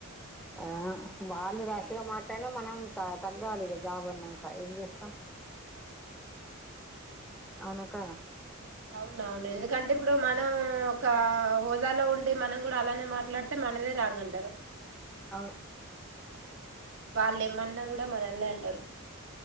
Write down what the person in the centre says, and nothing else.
ఆ వాళ్ళు రాష్ గా మాట్లాడిన మనం త తగ్గాలి జాబన్నాంక ఏం చేస్తాం
అవునా కాదా
అవును